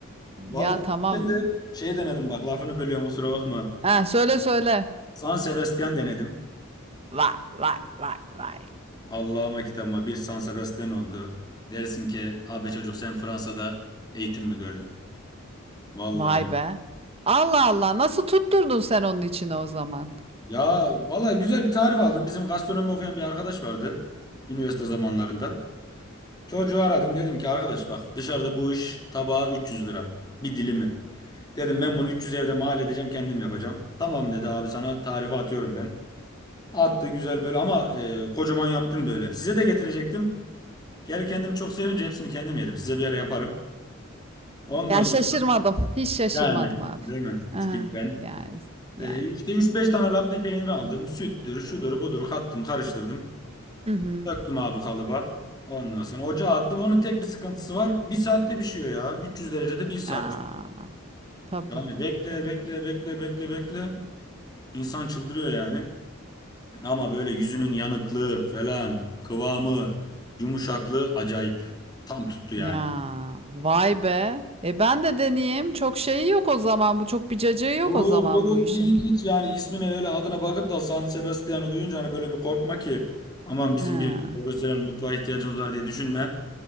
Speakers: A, on the right (about 30°); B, on the left (about 20°).
A: ya
B: Vallahi
A: tamam.
B: ben de şey denedim bak lafını bölüyorum kusura bakma.
A: Ha, söyle söyle.
B: San Sebastian denedim.
A: Vay vay vay vay.
B: Allah'ıma kitabıma bir San Sebastian oldu. Dersin ki abi çocuk sen Fransa'da eğitim mi gördün? Vallahi
A: Vay be. Allah Allah nasıl tutturdun sen onun içine o zaman?
B: Ya vallahi güzel bir tarif aldım. Bizim gastronomi okuyan bir arkadaş vardı üniversite zamanlarında. Çocuğu aradım dedim ki arkadaş bak dışarıda bu iş tabağı 300 lira bir dilimi. Dedim ben
A: Hı hı.
B: bunu 300 evde mal edeceğim kendim yapacağım. Tamam dedi abi sana tarifi atıyorum ben. Attı güzel böyle ama e, kocaman yaptım böyle. Size de getirecektim. Geri kendim çok sevince hepsini kendim yedim. Size bir ara yaparım. Ondan
A: Ya,
B: sonra
A: şaşırmadım. Hiç şaşırmadım
B: yani
A: abi.
B: değil mi?
A: Hı
B: Tipik
A: hı.
B: ben.
A: Yani yani.
B: E, işte üç beş tane labne peyniri aldım. Süttür, şudur, budur kattım, karıştırdım.
A: Hı hı.
B: Döktüm abi kalıba. Ondan sonra ocağa attım. Onun tek bir sıkıntısı var. Bir saatte pişiyor ya. 300 derecede bir saat.
A: A! Tabii,
B: pişiyor. Yani bekle
A: tabii.
B: bekle bekle bekle bekle. İnsan çıldırıyor yani. Ama böyle yüzünün yanıklığı falan, kıvamı, yumuşaklığı acayip. Tam tuttu yani.
A: Ya, vay be! E, ben de deneyeyim. Çok şeyi yok o zaman bu çok bir cacığı yok
B: Oo,
A: o zaman
B: oo,
A: bu işin.
B: hiç, hiç yani ismine öyle adına bakıp da San Sebastian'ı duyunca hani böyle bir korkma ki aman bizim
A: Hıı.
B: bir profesyonel mutfağa ihtiyacımız var diye düşünme.